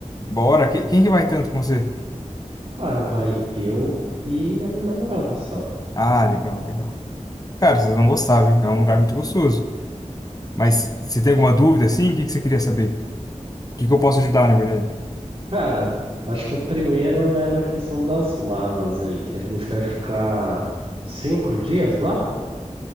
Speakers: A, on the left; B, on the right.
A: Bora. Que- Quem que vai tanto com você?
B: Cara, vai eu e a minha namorada só.
A: Ah, legal, legal. Cara, vocês vão gostar, viu? É um lugar muito gostoso. Mas você tem alguma dúvida, assim? O que que você queria saber? O que que eu posso ajudar, na verdade?
B: Cara, acho que o primeiro é na questão das malas aí, que a gente vai ficar cinco dias lá.